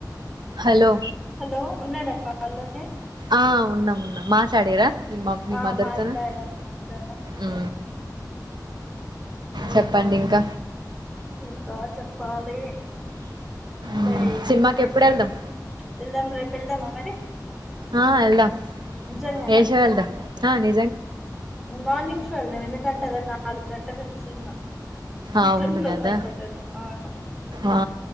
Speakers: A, on the right (about 80°); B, in the centre.
A: హలో
B: హలో ఉన్నార కాల్ లోనె
A: ఆ ఉన్నాం ఉన్నం మాట్లాడిరా మీ మామ్ మీ
B: ఆ
A: మాదర్
B: మాట్లాడా
A: తోని
B: మాట్లాడా
A: ఉ చెప్పండి ఇంక
B: ఇంకా చెప్పాలి
A: మ్మ్.
B: డైలీ
A: సినిమాకి
B: రొటీన్
A: ఎప్పుడు వెళ్దాం
B: ఎల్దాం రేపు ఎల్దామ మరి
A: ఆ ఎల్దాం
B: నిజంగానా
A: ఎ షో ఎల్దము ఆ ని
B: మార్నింగ్ షో వెళ్దాం ఎందుకంటే అది నాలుగు గంటలుంది సినిమా అంట్లున్
A: అవును
B: లోపయిపోతాది
A: కదా
B: అవును
A: ఆ